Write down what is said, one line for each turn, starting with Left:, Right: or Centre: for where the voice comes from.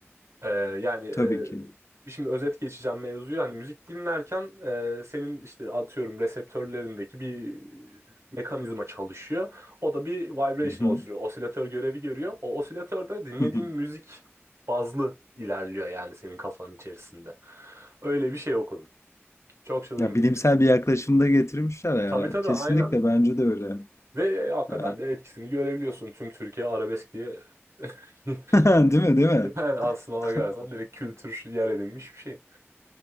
Right: Ee, yani
Left: Tabii ki.
Right: e, şimdi özet geçeceğim mevzuyu. Hani müzik dinlerken e, senin işte atıyorum reseptörlerindeki bir mekanizma çalışıyor. O da bir vibration
Left: Hı hı.
Right: oluşturuyor. Osilatör görevi görüyor. O osilatörde dinlediğin
Left: Hı hı.
Right: müzik bazlı ilerliyor yani senin kafanın içerisinde. Öyle bir şey okudum. Çok çılgın
Left: Ya bilimsel
Right: bir fikir.
Left: bir yaklaşımda getirmişler yani.
Right: Tabii tabii
Left: Kesinlikle
Right: aynen.
Left: bence de öyle.
Right: Ve hakikaten
Left: Ee,
Right: de etkisini görebiliyorsun. Tüm Türkiye arabesk diye. <laughs>
Left: <laughs> Değil mi? Değil mi?
Right: Yani aslına
Left: <laughs>
Right: bakarsan direkt kültür yer edinmiş bir şey.